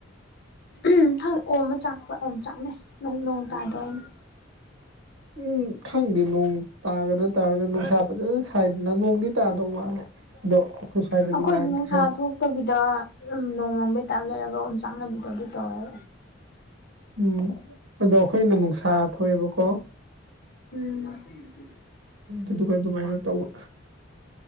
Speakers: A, on the left; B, on the right.
A: ꯎꯝ ꯍꯪ ꯑꯣꯝ ꯑꯃ ꯆꯥꯛꯄ ꯑꯣꯝ ꯆꯥꯛꯅꯩ ꯅꯣꯡ ꯇꯥꯗꯣꯏꯅꯦ
B: ꯎꯝ ꯈꯪꯗꯦ ꯅꯣꯡ ꯇꯥꯒꯗ꯭ꯔꯥ ꯇꯥꯔꯗ ꯅꯨꯡꯁꯥ ꯐꯖꯅ ꯁꯥꯏꯗꯅ ꯅꯣꯡꯗꯤ ꯇꯥꯗꯧ ꯃꯥꯜꯂꯦ ꯑꯗꯣ ꯑꯩꯈꯣꯏ ꯁ꯭ꯋꯥꯏꯗꯗꯤ
A: ꯑꯩꯈꯣꯏ
B: ꯃꯥꯟꯗ꯭ꯔꯦ
A: ꯅꯨꯡꯁꯥ
B: ꯍꯥꯏꯗꯤ
A: ꯊꯣꯛꯇꯕꯤꯗ ꯅꯣꯡꯃꯝꯕꯩ ꯇꯥꯏꯞ ꯂꯩꯔꯛꯄ ꯑꯗꯨꯒ ꯎ ꯆꯥꯡꯅꯕꯤꯗꯣ ꯑꯗꯨꯗꯤ ꯇꯧꯋꯦ
B: ꯎꯝ ꯑꯗꯣ ꯑꯩꯈꯣꯏꯅ ꯅꯨꯡꯁꯥ ꯊꯣꯛꯑꯦꯕꯀꯣ
A: ꯎꯝ
B: ꯑꯗꯨ ꯑꯗꯨꯃꯥꯏꯅ ꯇꯧꯕ